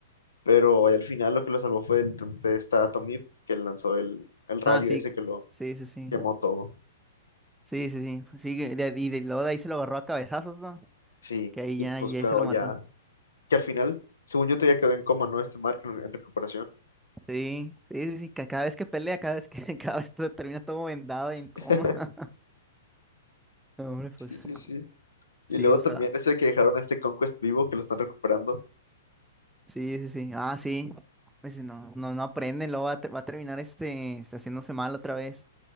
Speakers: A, on the left; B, in the centre.
A: pero al final lo que lo salvó fue el tr- de esta Tommy que lanzó el, el rayo
B: Ah, sí,
A: ese que lo
B: sí, sí, sí.
A: quemó todo.
B: Sí, sí, sí. Sí, que de- y de- luego de ahí se lo agarró a cabezazos, ¿no?
A: Sí,
B: Que ahí
A: y
B: ya,
A: pues
B: y
A: quedó
B: ahí se lo
A: ya,
B: mató.
A: que al final, según yo, todavía quedó en coma, ¿no? Este Mark en, en recuperación.
B: Sí, sí, sí, sí, ca- cada vez que pelea, cada vez que, <laughs> cada vez todo termina todo vendado y en coma.
A: <laughs>
B: <laughs> No, Hombre, pues,
A: Sí, sí, sí. Y
B: sí,
A: luego
B: o
A: también
B: sea,
A: eso de que dejaron a este Conquest vivo, que lo están recuperando.
B: sí, sí, sí. Ah, sí. Pues si no, no, no aprenden, luego va a, ter- va a terminar este, este, haciéndose mal otra vez.